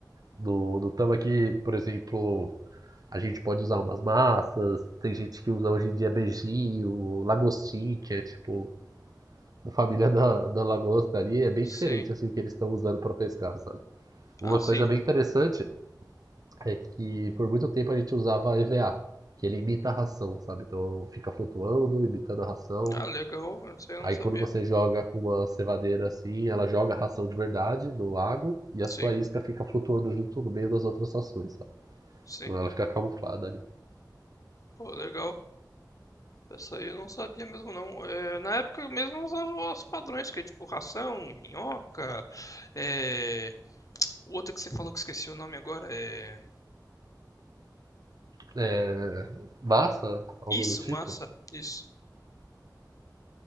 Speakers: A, on the right; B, on the left.
A: No, no tambaqui, por exemplo, A gente pode usar umas massas, tem gente que usa hoje em dia beijinho, lagostim, que é tipo a família da, da lagosta ali, é bem
B: Sim.
A: diferente assim o que eles estão usando para pescar, sabe? Uma
B: Ah, sim.
A: coisa bem interessante é que por muito tempo a gente usava EVA, que ele imita a ração, sabe? Então fica flutuando, imitando a ração.
B: Ah, legal. Isso aí eu
A: Aí
B: não sabia.
A: quando você joga com uma cevadeira assim, ela joga a ração de verdade no lago e
B: Sim.
A: a sua isca fica flutuando junto no meio das outras rações, sabe?
B: Sim.
A: Então ela fica camuflada ali.
B: Pô, legal. Essa aí eu não sabia mesmo não. É, na época mesmo eu usava os padrões, que é tipo ração, minhoca, é, o outro que você falou que esqueci o nome agora é...
A: É, massa, algo
B: Isso,
A: do tipo.
B: massa, isso.